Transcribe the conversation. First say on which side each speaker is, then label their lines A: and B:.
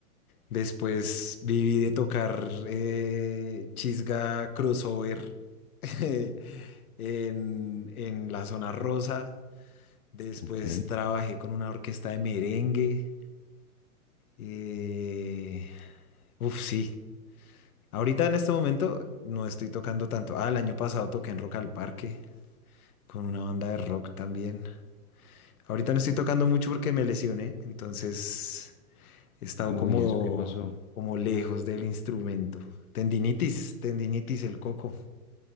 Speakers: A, on the left; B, on the left.
A: Después viví de tocar eh, chisga crossover <laughs> en, en la zona rosa. Después
B: Ok.
A: trabajé con una orquesta de merengue. Eh, uf, sí. Ahorita en este momento no estoy tocando tanto. Ah, el año pasado toqué en Rock al Parque con una banda de rock también. Ahorita no estoy tocando mucho porque me lesioné, entonces he estado
B: Uy,
A: como,
B: ¿eso qué pasó?
A: como lejos del instrumento. Tendinitis,
B: ¿Qué?
A: tendinitis, el coco.